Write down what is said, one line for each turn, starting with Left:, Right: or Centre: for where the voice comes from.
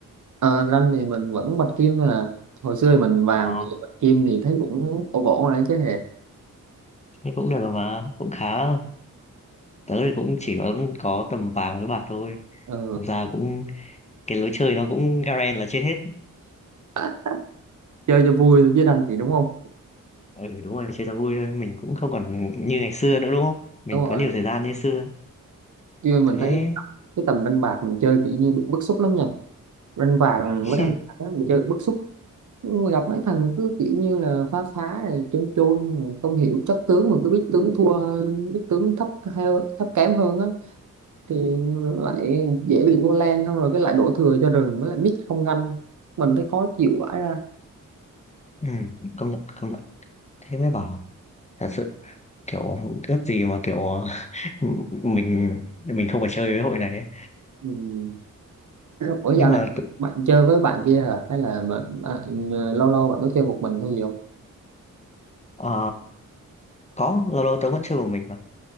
Right: Ờ, rank thì mình vẫn bạch kim là hồi xưa thì mình vàng
Left: ờ
Right: bây giờ bạch kim thì thấy cũng ổn ổn rồi đấy chứ hề
Left: thế cũng được rồi mà cũng khá tớ thì cũng chỉ có có tầm vàng với bạc thôi
Right: Ờ,
Left: thật ra cũng cái lối chơi nó cũng Garen là chết hết
Right: <laughs> chơi cho vui chứ rank thì đúng không
Left: ừ đúng rồi chơi cho vui thôi mình cũng không còn như ngày xưa nữa đúng không mình
Right: đúng
Left: có
Right: rồi
Left: nhiều thời gian như xưa
Right: chứ mình
Left: thế
Right: thấy cái tầm đánh bạc mình chơi kiểu như bị bức xúc lắm nha đánh bạc
Left: <laughs>
Right: với đánh bạc đó, mình chơi bị bức xúc gặp mấy thằng cứ kiểu như là phá phá rồi chôn chôn rồi không hiểu chất tướng mà cứ biết tướng thua biết tướng thấp hơn- thấp kém hơn á thì lại dễ bị thua len xong rồi cái lại đổ thừa cho rừng với lại mít không ganh mình thấy khó chịu vãi ra
Left: ừ, công nhận công nhận thế mới bảo thật sự kiểu ước gì mà kiểu <laughs> mình mình không phải chơi với hội này ấy.
Right: ừ. Ủa dạo
Left: nhưng
Right: này
Left: mà tự-
Right: bạn chơi với bạn kia hả hay là bạn, à, lâu lâu bạn có chơi một mình hay gì không
Left: ờ, có lâu lâu tớ vẫn chơi một mình mà